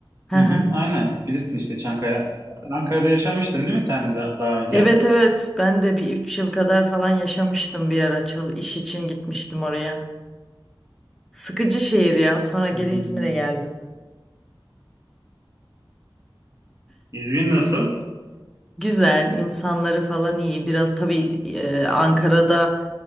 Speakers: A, in the centre; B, on the right.
A: Hı
B: Hı
A: hı.
B: hı, aynen bilirsin işte Çankaya. Zaten Ankara'da yaşamıştın değil mi sen da- daha önce?
A: Evet evet ben de bir 3 yıl kadar falan yaşamıştım bir ara çal iş için gitmiştim oraya. Sıkıcı şehir ya sonra geri
B: Hmm,
A: İzmir'e geldim.
B: İzmir nasıl?
A: Güzel insanları falan iyi biraz tabii e, Ankara'da